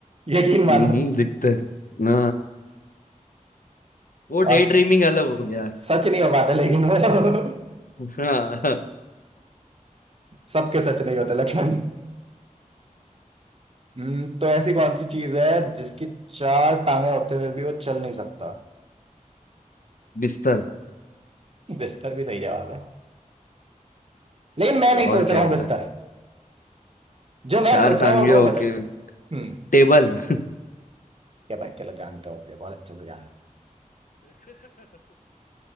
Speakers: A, on the right; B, on the left.
A: यकीन
B: हम्म
A: मानो
B: दिखते हैं ना वो
A: और
B: डे ड्रीमिंग अलग हो गया
A: सच नहीं हो पाते लेकिन वो <laughs>
B: हाँ
A: सबके सच नहीं होते लक्ष्मण हम्म, तो ऐसी कौन सी चीज है जिसकी चार टांगे होते हुए भी वो चल नहीं सकता
B: बिस्तर
A: बिस्तर भी सही जवाब है लेकिन मैं नहीं
B: और
A: सोच रहा
B: क्या होता
A: हूँ बिस्तर
B: है
A: जो मैं
B: चार
A: सोच
B: टांगे
A: रहा हूँ
B: होके
A: वो बताइए हम्म
B: टेबल
A: क्या भाई चलो जानता हूँ मुझे बहुत अच्छे से जानता हूँ